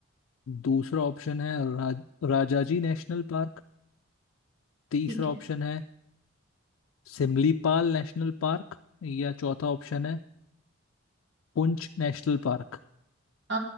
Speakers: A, on the left (about 75°); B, on the right (about 60°).
A: दूसरा ऑप्शन है रा, राजाजी नेशनल पार्क तीसरा
B: ठीक है
A: ऑप्शन है सिमलीपाल नेशनल पार्क या चौथा ऑप्शन है पुंछ नेशनल पार्क
B: अ,